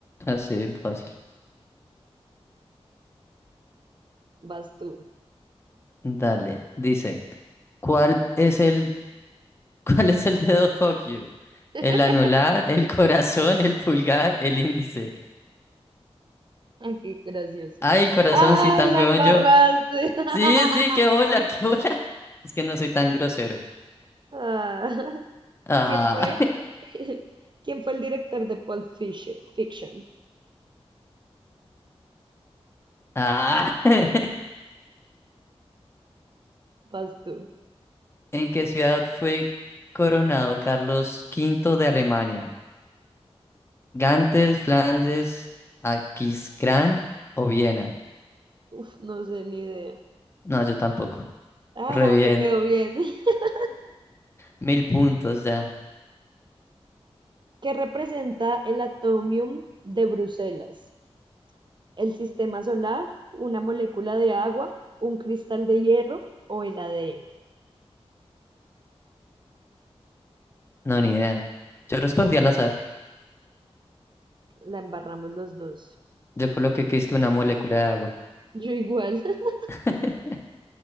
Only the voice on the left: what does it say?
así fácil.
Dale, dice, ¿cuál es el, <laughs> cuál es el dedo fuck you?
El anular, el corazón, el pulgar, el índice.
Ay, el corazón,
sí, tan
huevón
yo.
Sí, sí, qué bola, qué bola. Es que no soy tan grosero.
Ah,
<laughs> ah. <laughs>
¿En qué ciudad fue coronado Carlos V de Alemania? ¿Gantes, Flandes, Aquisgrán o Viena?
No, yo tampoco.
Re
bien.
Mil puntos ya.
No, ni idea. Yo respondí al azar.
Yo coloqué que es que una molécula de agua.
<laughs>